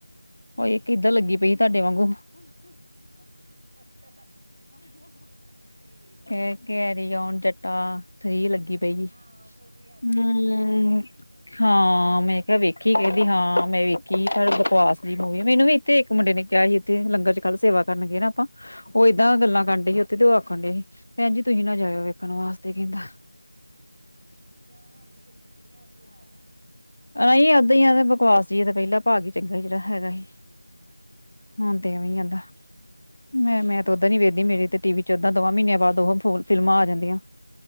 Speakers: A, on the left (about 60°); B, on the right (about 35°).
A: ਓਈ ਇੱਕ ਕਿੱਧਾਂ ਲੱਗੀ ਪਈ ਤੁਹਾਡੇ ਵਾਂਗੂ।
B: ਅੱਛਾ ਠੀਕ
A: ਕੈ
B: ਏ।
A: ਕੈਰੀ ਓਨ ਜੱਟਾ ਥ੍ਰੀ ਲੱਗੀ ਪਏਗੀ
B: ਹਾਂ ਮੂਵੀ ਹੈਗੀ
A: ਹੂੰ
B: ਏ ਨਵੀਂ ਆਈ ਹਾਂ ਕੈਰੀ ਔਨ
A: ਹਾਂ
B: ਜੱਟਾ ਆਈ ਐ।
A: ਮੈਂ ਕਿਆ ਵੇਖੀ
B: ਠੀਕ
A: ਕੇਂਦੀ
B: ਠੀਕ
A: ਹਾਂ ਮੈਂ ਵੇਖੀ ਪਰ ਬਕਵਾਸ ਜੀ ਮੂਵੀ ਮੈਨੂੰ ਵੀ ਇੱਥੇ ਇੱਕ ਮੁੰਡੇ ਨੇ ਕਿਆ ਹੀ ਇੱਥੇ ਲੰਗਰ ਚ ਕੱਲ੍ਹ ਸੇਵਾ ਕਰਨਗੇ ਨਾ ਆਪਾਂ ਓ ਏਦਾਂ ਗੱਲਾਂ ਕਰਨ ਡੇ ਉੱਥੇ ਤੇ ਓ ਆਖਣ ਡਏ ਸੀ ਭੈਣ ਜੀ ਤੁਸੀਂ ਨਾ ਜਾਇਓ ਵੇਖਣ ਵਾਸਤੇ ਕੈਂਦਾ।
B: ਕਿਉਂ ਹੈਨੀ ਚੰਗੀ ਬੁੜੀਆਂ ਵਾਰੀ ਵੇਖਣ <unintelligible>
A: ਅਈ ਓਦਾ ਈ ਜਾਦਾ ਬਕਵਾਸ <unintelligible> ਤੇ ਪੈਲਾ ਭਾਗ ਈ ਚੰਗਾ ਜੇੜਾ ਹੈਗਾ ਹੀ। ਹੁਣ
B: ਹੂੰ।
A: ਤੇ ਐਵੇ ਈ ਆਂਦਾ। ਮੈਂ-ਮੈਂ ਤਾਂ ਉਦਾਂ ਨੀ ਵੇਖਦੀ ਮੇਰੀ ਤੇ ਟੀ ਵੀ ਚ ਓਦਾਂ ਦੋਵਾਂ ਮੀਨਿਆਂ ਬਾਦ ਓਹ ਫ ਫਿਲਮਾਂ ਆ ਜਾਂਦੀਆਂ।